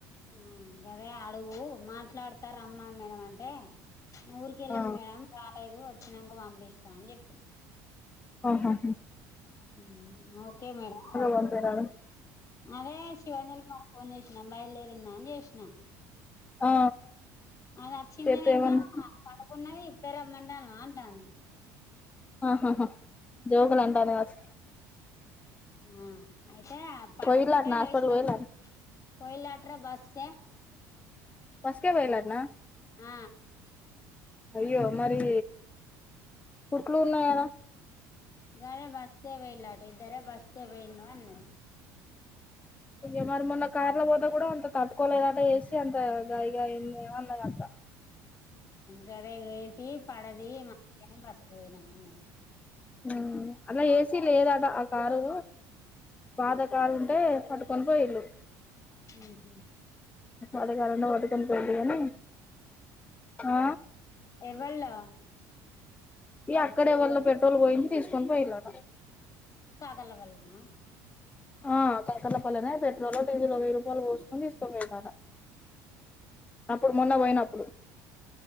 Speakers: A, on the left (about 35°); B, on the left (about 15°).
A: ఆ గదే అడుగు మాట్లాడత రమ్మను మేడం అం టె ఊరికి కెళ్లింది
B: ఆ
A: మేడం రాలేదు వ చినంక పంపిస్తా అని చెప్పినా
B: ఓ హాహు
A: ఉ ఓకే మేడం
B: పంపిరాదు
A: అదే శివాంజలి మేడం ఫోన్ చేసి నా బయలుదేరింద అని చేసిన
B: ఆ
A: అది అచ్చిందే
B: చేతే
A: నిన్న
B: ఏమన్నా
A: పడుకున్నది పెరమంటనవ అంటాంది
B: ఆహాహా జోకులుంటది కవోచ్
A: హుమ్ టె పండుకుంటే
B: పోయిలాటనా హాస్పిటల్
A: లేచినాం
B: పోయిలాటనా
A: పోయిలట్రా బస్ కి
B: బస్కే పోయిలట్నా
A: ఆ
B: అయ్యో మరీ పుట్లు ఉన్నా కదా
A: గానే బస్కే పొయిల్ ఇద్దరే బస్కే పోయిండు అన్న
B: ఇగ మరి మొన్న కార్ల పోతే కూడా అంత తట్టుకోలేదట ఏసి అంత గాయి గా ఏ ఏమన్నకత
A: గదే ఏసి పడది మ బస్ పోయినంటున్న
B: హుమ్ అలా ఏసీ లేదట ఆ కారు పాత కారు ఉంటే పట్టుకొని పోయిళ్లు
A: హు హుమ్
B: అదే కారున్న మటుక్ ఎల్లిపోయిండ్రు గాని ఆ
A: ఎవళ్లా
B: ఈ అక్కడే ఎవళ పెట్రోల్ పోయించి తీసుకొని పోయిండ్రట
A: కలవళ్ళనా
B: ఆ కాకర్లపల్లెనే పెట్రోలో డీజిలో వెయ్యి రూపాయలు పోసుకొని తీసుకో పోయిండ్రట అప్పుడు మొన్న పోయినప్